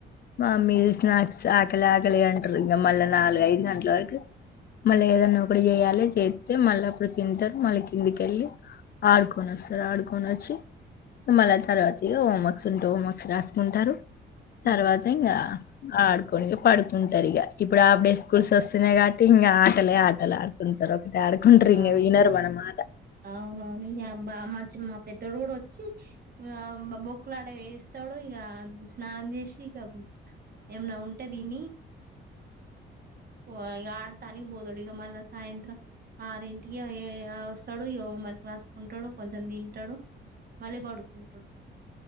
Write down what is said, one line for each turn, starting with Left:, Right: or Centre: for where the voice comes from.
Left: మమ్మీ
Right: ఆ!
Left: స్నాక్స్ అ ఆకలికలి అంటారు ఇంక మళ్ళా నాలుగు ఐదు గంటల వరకు మళ్ళీ ఏదన్నా ఒకటి చేయాలి చేస్తే మళ్ళీ అప్పుడు తింటారు మళ్ళీ కిందికెళ్ళి ఆడుకొని వస్తారు ఆడుకొని వచ్చి మళ తరువాత ఇగ హోంవర్క్ ఉంటె హోంవర్క్ రాసుకుంటారు
Right: హ్మ్.
Left: తర్వాత ఇంకా ఆడుకోనిక పడుకుంటారు ఇక ఇప్పుడు ఆఫ్ డే స్కూల్స్ వస్తున్నాయి కాబట్టి ఇంకా ఆటలే ఆటలు ఆడుకుంటారు ద అడుకుంట్రీంగ
Right: ఆ!
Left: విన్నర్ మాన్న మాట.
Right: అవునవును ఇగా బావ్ మా పెద్దోడు చ్చి ఇగ బొక్కులడ వేస్తడు. ఇగా స్నానం చేసి ఇగా ఏమన్నా ఉంటే దిని. ఓ ఇగ ఆడతాని బోధడు ఇగా మళ్ళ సాయంత్రం ఆరింటికి ఎ ఎ వస్ త్తడు ఇగ హోం వర్క్ రాసుకుంటాడు. కొంచెం తింటాడు. మళ్ళీ పడుకుంటాడు,